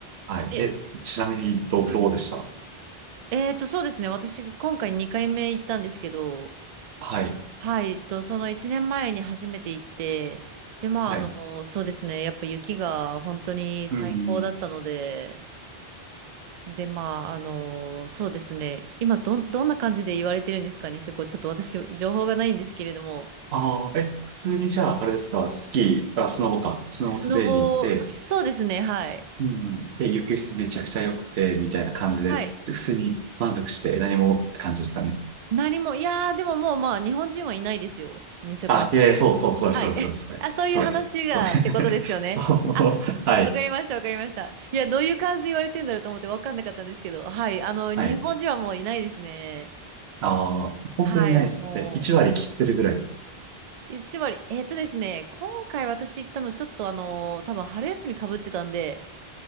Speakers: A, on the right; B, on the right.
A: はい。
B: え、
A: え、ちなみにど、どうでした
B: えっと、そうですね。私、今回2回目行ったんですけど、
A: はい。
B: はい、と、その1年前に初めて行って、で、まあ、
A: はい。
B: あの、そうですね。やっぱ雪が本当に最高だったので、
A: うん。
B: で、まあ、あの、そうですね。今、どん、どんな感じで言われてるんですかね、ニセコ。ちょっと私、情報がないんですけれども。
A: ああ、え、普通にじゃあ、あれですか、スキー、あ、スノボか、スノボ滑りに行って、
B: スノボ、そうですね、はい。
A: うんうん、で、雪質めちゃくちゃ良くて、みたいな感じで、
B: はい。
A: で普通に満足して何もって感じですかね。
B: 何も、いやー、でももう、まあ、日本人はいないですよ。ニセコに。
A: あ、いやいや、そうそう、それ、
B: はい。
A: それ、
B: <laughs>
A: それ、それ、
B: あ、そういう話が、
A: それ、それ、
B: ってことですよね。
A: <laughs> そう、
B: あ、
A: はい、
B: わかりました、わかりました。いや、どういう感じで言われてんだろうと思ってわかんなかったんですけど、はい。あの、日本人はもういないですね。
A: はい。ああ、本当にないです。
B: はい、もう。
A: で、1割切ってるぐらい。
B: 1割。えっとですね、今回私行ったのちょっとあの多分春休みかぶってたんで、